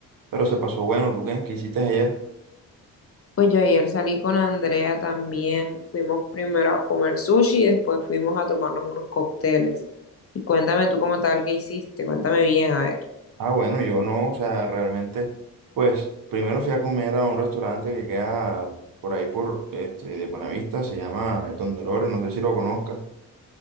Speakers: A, on the right; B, on the left.
A: Pero se pasó bueno, ¿tú qué? ¿Qué hiciste ayer?
B: Pues yo ayer salí con Andrea también. Fuimos primero a comer sushi y después fuimos a tomarnos unos cócteles. Y cuéntame tú como tal qué hiciste, cuéntame bien, a ver.
A: Ah, bueno, yo no, o sea, realmente, pues, primero fui a comer a un restaurante que queda por ahí, por, este, de Buenavista, se llama El Don Dolores, no sé si lo conozcas.